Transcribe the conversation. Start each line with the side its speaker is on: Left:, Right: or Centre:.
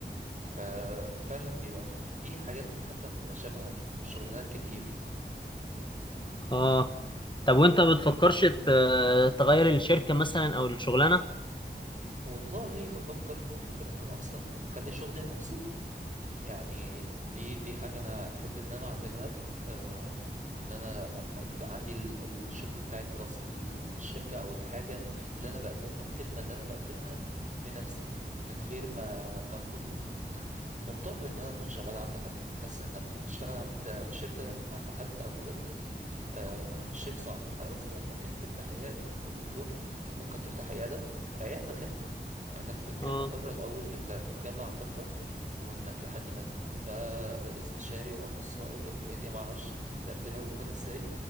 Right: ففعلا بيبقى في في حاجات حتى متشابهة في شغلانات كتير
Left: اه طب وانت بتفكرش ت- تغير الشركة مثلا او الشغلانة
Right: والله بفكر بفكر ان انا اصلا اخلي شغلي لنفسي يعني دي دي حاجة انا احب ان انا اعملها آه ان انا ابقى يبقى عندي ال- الشغل بتاعي الخاص الشركة او الحاجة اللي انا بقدمها الخدمة اللي انا بقدمها بنفسي من غير ما ما اكون مضطر ان انا اكون شغال عند حد حاسس انك بتشتغل عند في شركة عند حد او كده آه شيء صعب على عكس انك ممكن تفتح عياده كدكتور انت ممكن تفتح عياده وعيادتك انت مع انك بتلم
Left: اه
Right: خبره الاول بت- بتجمع خبره وانك لحد ما تكون بقى استشاري واخصائي والحاجات دي معرفش ترتيبها بتكون ازاي